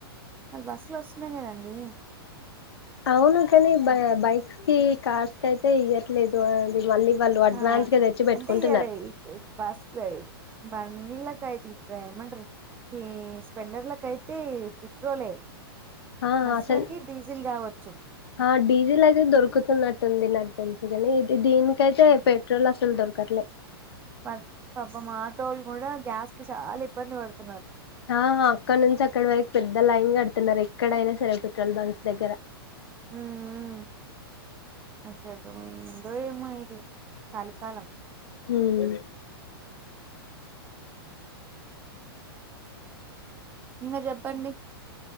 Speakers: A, on the right; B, on the left.
A: వాళ్ళు బస్సు లో వస్తున్నాయి కదండి
B: అవును కానీ బ బైక్స్ కి కార్స్ కి అయితే ఇయ్యట్లేదు అది మళ్ళీ వాళ్ళు అడ్వాన్స్
A: ఆ
B: గా తెచ్చి పెట్టుకుంటున్నారు
A: అంటే ఇయర్ బస్సులే బండిలకైతే ఇప్పుడేమంటారు ఈ స్పెండర్లకి అయితే పెట్రోలే
B: ఆ
A: బస్సులకి
B: అసలు
A: డీజిల్ కావచ్చు
B: ఆ డీజిల్ అయితే దొరుకుతున్నట్టుంది కు ది దీనికైతే పెట్రోల్ అసలు దొరకట్లే
A: ప పాప ఆటోలు కూడా గ్యాస్ కి చాలా ఇబ్బంది పడుతున్నారు
B: ఆ అక్కడ నుంచి అక్కడి వరకు పెద్ద లైన్ కడుతున్నారు ఎక్కడైనా సరే పెట్రోల్ బంక్స్ దగ్గర
A: హుహు అసలు ఏందో ఏమో ఇది కలికాలం
B: ఉమ్
A: ఇంగా చెప్పండి